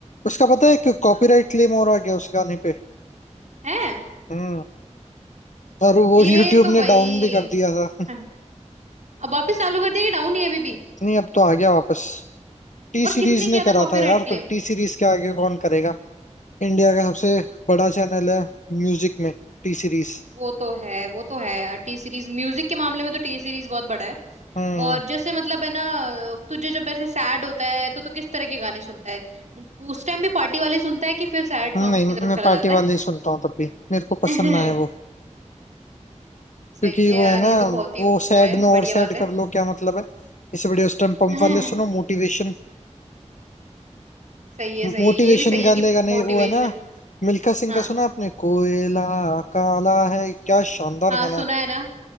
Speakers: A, on the left; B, on the right.
A: उसका पता है एक कॉपीराइट
B: अ-
A: क्लेम और आ गया उस गाने पे
B: है
A: हम्म और
B: ये
A: वो यूट्यूब
B: तो भाई
A: ने डाउन भी कर दिया था
B: हाँ। अब वापस चालू कर दिया कि डाउन ही है अभी भी
A: <laughs> नहीं अब तो आ गया वापस टी
B: और
A: सीरीज
B: किसने किया
A: ने करा
B: था कॉपीराइट
A: था यार
B: क्लेम
A: तो टी सीरीज के आगे कौन करेगा इंडिया का सबसे बड़ा चैनल है म्यूजिक में टी सीरीज
B: वो तो है वो तो है टी सीरीज म्यूजिक के मामले में तो टी सीरीज बहुत बड़ा है
A: हम्म
B: और जैसे मतलब है ना तुझे जब ऐसे सैड होता है तो तू किस तरह के गाने सुनता है उस टाइम भी पार्टी वाले सुनता है कि फिर सैड
A: नहीं
B: सॉन्ग्स की
A: मैं
B: तरफ चला
A: पार्टी
B: जाता
A: वाले ही सुनता हूँ तब भी मेरे को
B: है
A: पसंद ना है वो
B: <laughs> सही
A: क्योंकि
B: है
A: वो
B: यार
A: है ना
B: ये तो बहुत ही
A: वो
B: वो
A: सैड
B: है
A: में और
B: बढ़िया
A: सैड
B: बात
A: कर लो क्या मतलब है इससे बढ़िया उस टाइम पंप
B: है
A: वाले सुनो
B: <laughs>
A: मोटिवेशन
B: सही है सही
A: मोटिवेशन
B: है ये भी सही
A: का
B: है
A: लेगा
B: कि
A: नहीं
B: मोटिवेशन
A: वो है ना मिल्खा सिंह
B: हाँ
A: का सुना आपने कोयला काला है क्या शानदार
B: हाँ
A: गाना
B: सुना
A: है
B: है ना